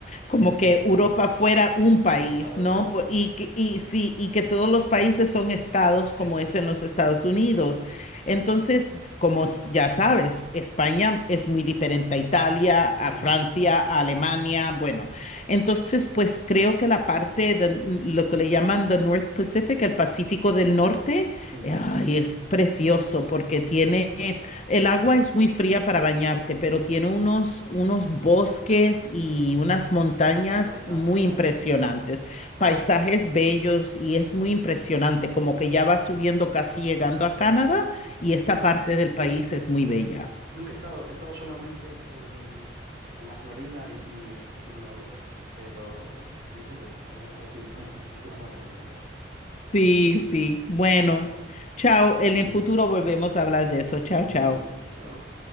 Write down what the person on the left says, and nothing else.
como
que Europa fuera un país,
¿no?
Por- y, que- y, sí, y que todos los países son estados como
es
en los Estados Unidos. Entonces, como s- ya sabes, España es muy diferente a Italia, a
Francia, a Alemania, bueno. Entonces, pues creo que la parte de lo que le llaman the North Pacific, el Pacífico del Norte,
ay, es precioso porque tiene el agua es muy fría para bañarte, pero tiene unos, unos bosques y unas montañas
muy
impresionantes, paisajes
bellos y es muy impresionante, como que ya vas subiendo casi llegando a Canadá y esta parte del país es muy bella.
Sí, sí. Bueno, chao.
En el futuro volvemos a hablar de eso. Chao,
chao.